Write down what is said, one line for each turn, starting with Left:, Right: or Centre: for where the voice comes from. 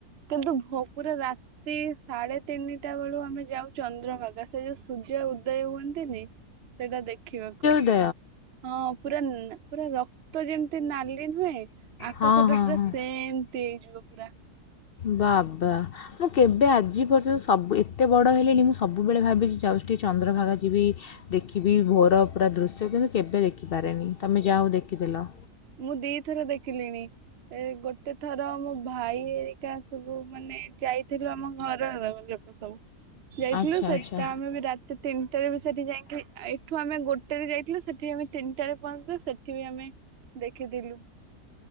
Right: କିନ୍ତୁ ଭୋକରେ ରାତି ରାତି ସାଢେ ତିନିଟା ବେଳୁ ଆମେ ଯାଉ ଚନ୍ଦ୍ରଭାଗା ସେ ଯୋଉ ସୂର୍ଯ୍ୟ ଉଦୟ ହୁଅନ୍ତିନି। ସେଇଟା ଦେଖିବାକୁ।
Left: ଉଦୟ।
Right: ହଁ ପୁରା ପୁରା ରକ୍ତ ଯେମିତି ନାଲି ନୁହେଁ ଆକାଶ
Left: ହଁ ହଁ
Right: ଟା ପୁରା
Left: ହଁ
Right: ସେମ ତି ହେଇଯିବ ପୁରା।
Left: ବାବା। ମୁଁ କେବେ ଆଜି ପର୍ଯ୍ୟନ୍ତ ସବୁ ଏତେ ବଡ଼ ହେଲିଣି ମୁଁ ସବୁବେଳେ ଭାବିଚି ଯାଉଚି ଟିକେ ଚନ୍ଦ୍ରଭାଗା ଯିବି। ଦେଖିବି ଭୋର ପୁରା ଦୃଶ୍ୟ କିନ୍ତୁ କେବେ ଦେଖିପାରେନି ତୁମେ ଯାହାଉ ଦେଖିଦେଲ।
Right: ମୁଁ ଦିଥର ଦେଖିଲିଣି। ଏ ଗୋଟେ ଥର ମୋ ଭାଇ ଏରିକା ସବୁ ମାନେ ଯାଇଥିଲୁ ଆମ ଘରର ଲୋ ସବୁ ଯାଇଥିଲୁ
Left: ଆଚ୍ଛା
Right: ସେଟା
Left: ଆଚ୍ଛା
Right: ଆମେ ବି ରାତି ରାତି ତିନିଟାରେ ବି ସେଠି ଯାଇକି ଏଇଠୁ ଆମେ ଗୋଟେରେ ଯାଇଥିଲୁ ସେଠି ଆମେ ତିନିଟାରେ ପହଞ୍ଚିଲୁ ସେଠି ବି ଆମେ ଦେଖିଥିଲୁ।